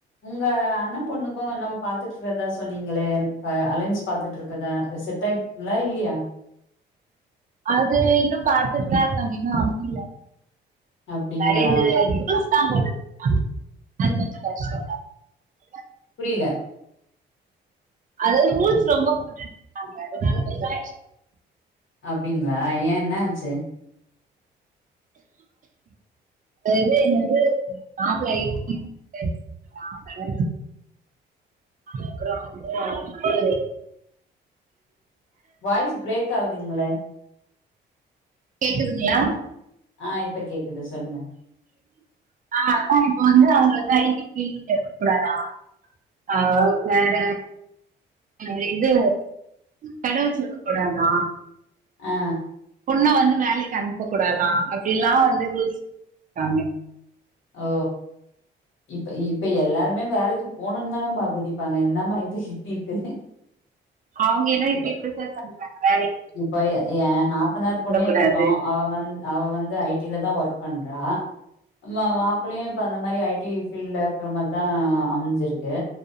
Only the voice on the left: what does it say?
உங்க அண்ண பொண்ணுக்கு என்ன பாத்துட்டு இருக்கதா சொன்னீங்களே அலையன்ஸ் பாத்துட்டு இருக்கதா அது செட் ட்டாயிடுச்சுங்களா இல்லியா
அப்டிங்களா
புரில
அப்டிங்ளா ஏ என்னாச்சு
வாய்ஸ் பிரேக் ஆகுதுங்ளே
ஆ இப்ப கேக்குது சொல்லுங்க
ஆ ஆ
ஓ இப்ப இப்ப எல்லாருமே வேலைக்கு போனுன்னு தானமா குதிப்பாங்க என்னம்மா இது இப்டி இருக்கு
இப்ப
இப்ப ஏ ஏ நாத்தனார் பொண்ணே இருக்கட்டு
அவ வந் அவ வந்து ஐ டி ல தா ஒர்க் பண்றா மாப்பிள்ளையு இப்ப அந்த மாரி ஐ டி ஃபீல்ட்ல இருக்குற மாரிதா அமஞ்சிருக்கு